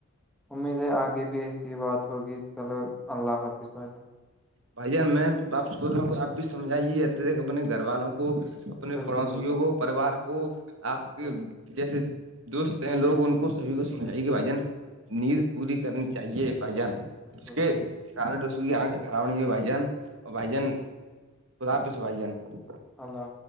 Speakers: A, in the centre; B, on the right (about 60°).
A: امید ہے آگے بھی ایسی بات ہوگی چلو اللہ حافظ بجا
B: بھائی میں آپ بول رہ ہوں آپ بھی سمجھائیے رہتے تھے اپنے گھر والوں کو کو اپنے
A: بالکل
B: پڑوسیوں
A: بالکل
B: کو پوار کو آپ کے
A: بالکل
B: جیسے دوست ہیں لوگ ان کو سبھی کو سمجھے کہ بھائی جان نیند پوری کرنی چاہیے پہ جان
A: بالکل
B: اس کے
A: بالکل
B: کارڈ اس کی آنکھ سراؤنڈنگ میں بھائی جان اور بھائی
A: بالکل،
B: جان خدا پ سے بھائی جان
A: اللہ